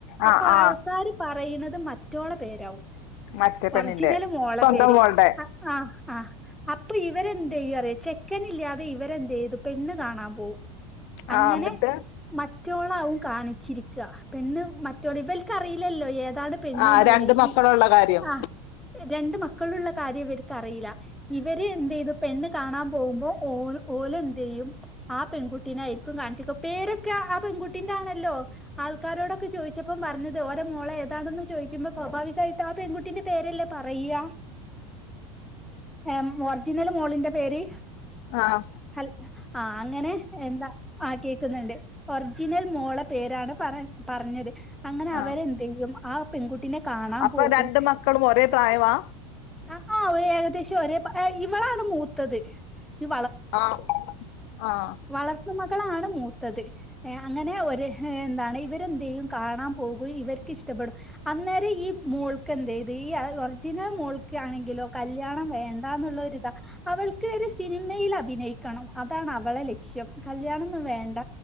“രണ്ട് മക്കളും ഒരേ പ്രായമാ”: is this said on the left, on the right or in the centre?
Left